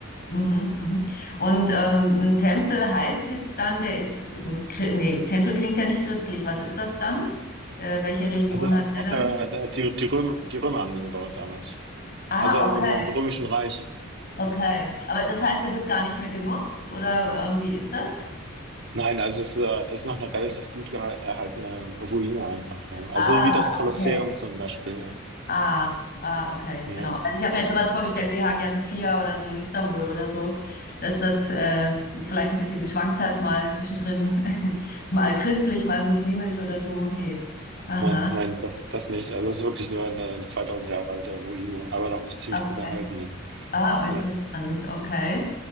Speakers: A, on the left (about 45°); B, on the right (about 60°).
A: Mhm, mhm. Und ähm, ein Tempel heißt jetzt dann, der ist, ähm, chri- nee, Tempel klingt ja nicht christlich. Was ist das dann? Äh, welche Religion
B: Also
A: hat der
B: außer,
A: dann?
B: äh, die, die Römer, die Römer haben den gebaut damals.
A: Ah,
B: Also im,
A: okay,
B: im Römischen Reich.
A: okay.
B: Ja.
A: Aber das heißt, der wird gar nicht mehr genutzt oder ähm, wie ist das?
B: Nein, also es äh, ist noch eine relativ gut geha- erhaltene Ruine einfach. Ja. Also
A: Ah,
B: wie das Kolosseum
A: okay.
B: zum Beispiel. Ja.
A: Ah, ah, okay,
B: Ja.
A: genau. Also ich habe mir jetzt sowas vorgestellt wie Hagia Sophia oder so in Istanbul oder so, dass das äh, vielleicht ein bisschen geschwankt hat, mal zwischendrin, <laughs> mal christlich, mal muslimisch oder so. Nee. Aha,
B: Nein, nein, das, das nicht. Also es ist wirklich nur eine 2000 Jahre alte Ruine, aber noch ziemlich
A: okay.
B: gut erhalten. Ja.
A: Ah, interessant,
B: Ja.
A: okay.